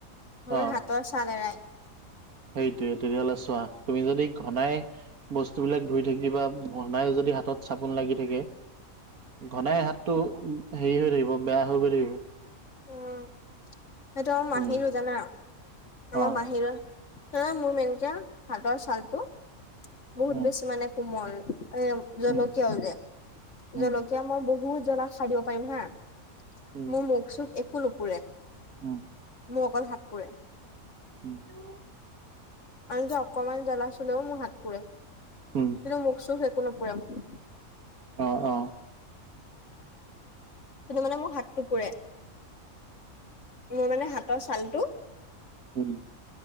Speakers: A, on the left; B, on the right.
A: মোৰ
B: অ
A: হাতৰ চাল এৰাই৷
B: সেইটোৱে তেতিয়ালে চোৱা তুমি যদি ঘনাই বস্তুবিলাক ধুই থাকিবা ঘনাই যদি হাতত চাবোন লাগি থাকে৷ ঘনাই হাতটো উম হেৰি হৈ থাকিব বেয়া হৈ গৈ থাকিব।
A: উম! সেইটো আমা মাহীৰো
B: উম
A: জানা আমাৰ
B: অ
A: মাহিৰ হ মোৰ মেনকে হাতৰ ছালটো বহুত
B: উম
A: বেছি মানে কোমল এঁ জলকীয়াও
B: উম
A: যে
B: উম
A: জলক এতিয়া মই বহুত জ্বলা খাই দিব পাৰিম হাঁ
B: উম
A: মোৰ মুখ চুখ একো নুপুৰে।
B: উম!
A: মোৰ অকল হাত পুৰে।
B: উম!
A: আনকি অকমান জ্বলা চুলেও মোৰ হাত পুৰে কিন্তু,
B: উম
A: মোক চুখ একো নুপুৰে মো।
B: অ-অ
A: কিন্তু মানে মোৰ হাতটো পুৰে, মোৰ মানে হাতৰ ছালটো
B: উম